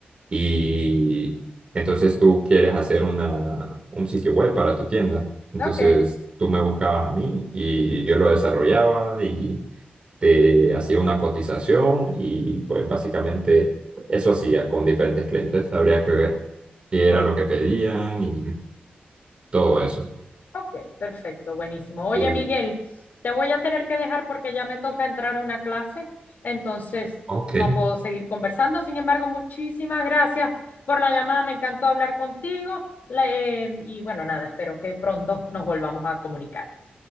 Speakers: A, on the right; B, on the left.
A: y entonces tú quieres hacer una, un sitio web para tu tienda, entonces
B: ok,
A: tú me buscabas a mí y yo lo desarrollaba te hacía una cotización y pues básicamente eso hacía con diferentes clientes. Habría que ver qué
B: ok,
A: era lo que pedían y todo eso.
B: ok, perfecto, buenísimo. Oye,
A: Sí.
B: Miguel, te voy a tener que dejar porque ya me toca entrar a una clase, entonces
A: Ok.
B: no puedo seguir conversando. Sin embargo, muchísimas gracias por la llamada, me encantó hablar contigo. La- eh, y bueno, nada, espero que pronto nos volvamos a comunicar.